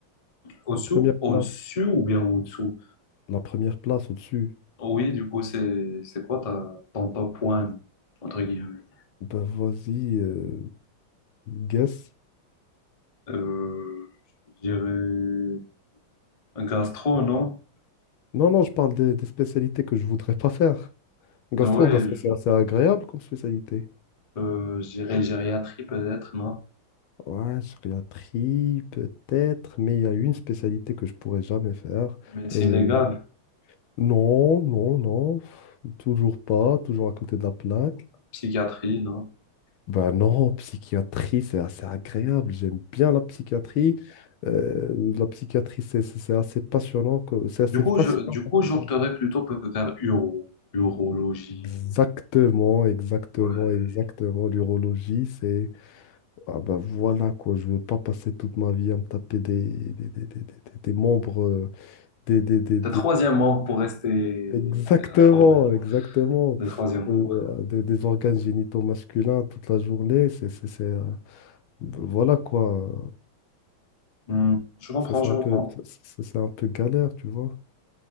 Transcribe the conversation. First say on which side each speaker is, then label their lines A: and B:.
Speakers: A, on the left; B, on the left.
A: Au-dessous,
B: La première
A: au-dessus
B: place.
A: ou bien au-dessous?
B: La première place au-dessus.
A: Oui, du coup, c'est c'est quoi ta, ton top one, entre guillemets?
B: Ben vas-y, euh, guess.
A: Euh, je dirais un gastro, non?
B: Non, non, je parle des, des spécialités que je voudrais pas faire. Gastro,
A: Ouais,
B: gastro,
A: je
B: c'est assez agréable comme spécialité.
A: euh, je dirais gériatrie peut-être, non?
B: Ouais, gériatrie, peut-être, mais il y a une spécialité que je pourrais jamais faire.
A: Médecine
B: Et
A: légale,
B: Non, non, non, toujours pas, toujours à côté de la plaque.
A: psychiatrie, non?
B: Ben non, psychiatrie, c'est assez agréable, j'aime bien la psychiatrie. Euh, la psychiatrie, c'est c'est- c'est assez passionnant, que- c'est assez
A: Du coup,
B: fascinant.
A: je, du coup,
B: comme
A: j'opterais
B: ça.
A: plutôt peut- peut-être vers uro, urologie.
B: Exactement, exactement,
A: Ouais.
B: exactement. L'urologie, c'est, ah ben voilà quoi, je veux pas passer toute ma vie à me taper des, des, des, des, des- des- des membres, euh, des, des, des,
A: Le troisième membre pour rester
B: Exactement,
A: informé.
B: exactement.
A: Le troisième membre.
B: Euh, des, des organes génitaux masculins toute la journée, c'est, c'est, c'est, euh, voilà quoi.
A: Hmm, je comprends,
B: Ça, c'est
A: je
B: un
A: comprends.
B: peu, ça, c'est un peu galère, tu vois.